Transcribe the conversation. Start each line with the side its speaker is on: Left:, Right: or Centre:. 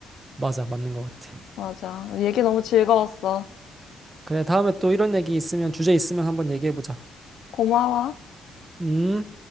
Right: 맞아, 맞는 것 같아.
Left: 맞아. 얘기 너무 즐거웠어.
Right: 그래, 다음에 또 이런 얘기 있으면 주제 있으면 한번 얘기해보자.
Left: 고마워.
Right: 음.